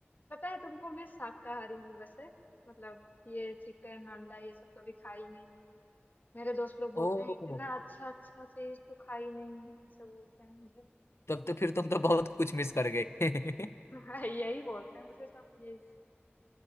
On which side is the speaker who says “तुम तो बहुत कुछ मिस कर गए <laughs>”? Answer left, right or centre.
Left